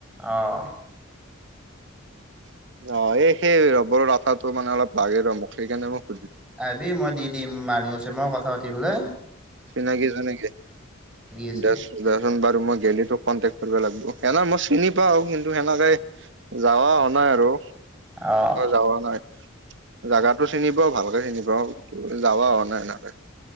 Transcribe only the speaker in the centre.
অঁ
আহিবি মই দি দিম মানুহ মই কথা পাতি বোলে
আছে
অ